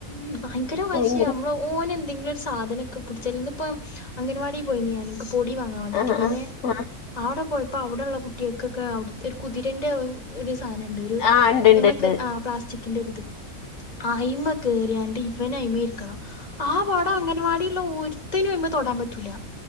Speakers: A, on the left; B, on the left.
A: ഉ ഭയങ്കര വശിയ
B: ഭയങ്കര
A: നമ്മള് ഓന് എന്തെങ്കിലും ഒരു സാധന പുട്ച്ചൽ ഇന്ന് ഇപ്പം അംഗൻവാടിയി പോയിനീ ഞാൻ എനിക്ക് പൊടി വാങ്ങാ വേണ്ടീട്ട്
B: ആഹ്
A: ഇവനെ.
B: ആഹ് ആഹ്
A: അവിടെ പോയപ്പോ അവ്ടൊള്ള കുട്ടികൾക്കൊക്കെ അവിടത്തോരു കുതിരന്റെ ഒരു സാധനുണ്ട് ഒരു
B: ആഹ് ഇണ്ട് ഇണ്ട്
A: നമ്മക്ക്
B: ഇണ്ട്
A: ആ പ്ലാസ്റ്റിക്കിന്റോര്ത് അയ്മ കേയറിയാണ്ട് ഇവന് അയ്മ ഇരിക്കണം ആ വടം അംഗൻവാടിലുള്ള ഒരുത്തനും അയ്മേ തൊടൻ പറ്റൂല